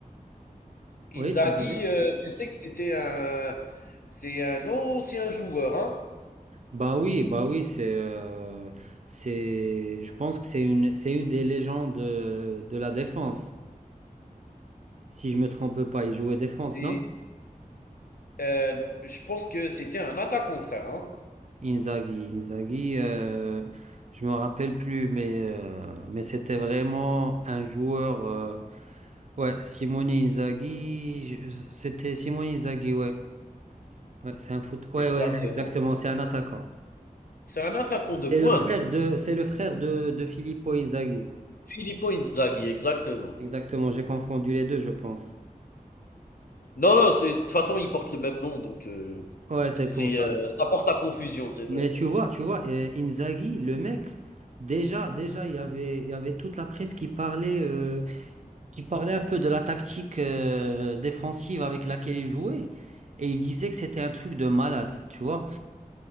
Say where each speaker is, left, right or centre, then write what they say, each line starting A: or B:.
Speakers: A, on the left (about 80°); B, on the right (about 55°).
A: Inzaghi,
B: Oui, tu disais?
A: euh, tu sais que c'était un, c'est un ancien joueur, hein.
B: Bah oui, bah oui, c'est, euh, c'est, je pense que c'est une, c'est une des légendes de, de la défense. Si je me trompe pas, il jouait défense,
A: C'est
B: non?
A: Heu, je pense que c'était un attaquant, frère, hein?
B: Inzaghi, Inzaghi, euh, je me rappelle plus, mais, euh, mais c'était vraiment un joueur. euh, ouais, Simone Inzaghi, je- c'était Simone Inzaghi, ouais. Ouais, c'est un foot.
A: Exactement.
B: Ouais, ouais, exactement. C'est un attaquant.
A: C'est un attaquant de pointe.
B: C'est le frère de, c'est le frère de, de Filippo Inzaghi.
A: Filippo Inzaghi, exactement.
B: Exactement. J'ai confondu les deux, je pense.
A: Non, non, c'est de toute façon, ils portent le même nom, donc heu,
B: Ouais, c'est
A: c'est,
B: pour ça.
A: heu, ça porte à confusion, c'est vrai.
B: Mais tu vois, tu vois, euh, Inzaghi, le mec, déjà, déjà, il y avait, il y avait toute la presse qui parlait, euh, qui parlait un peu de la tactique, euh, défensive avec laquelle il jouait. Et il disait que c'était un truc de malade, tu vois.